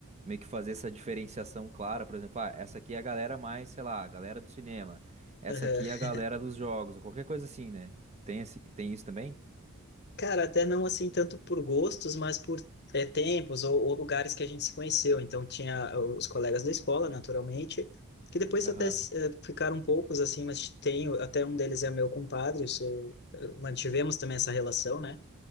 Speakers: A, on the right; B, on the left.
A: meio que fazer essa diferenciação clara, por exemplo, ah, essa aqui é a galera mais, sei lá, a galera do cinema, essa
B: <clears throat>
A: aqui é a galera dos jogos, ou qualquer coisa assim, né? Tem, assim, tem isso também?
B: Cara, até não assim tanto por gostos, mas por é, tempos ou, ou lugares que a gente se conheceu. Então tinha ah, os colegas da escola, naturalmente, que depois
A: Aham.
B: até eh, ficaram poucos assim, mas tenho até um deles é meu compadre, eu sou, eh, mantivemos também essa relação, né?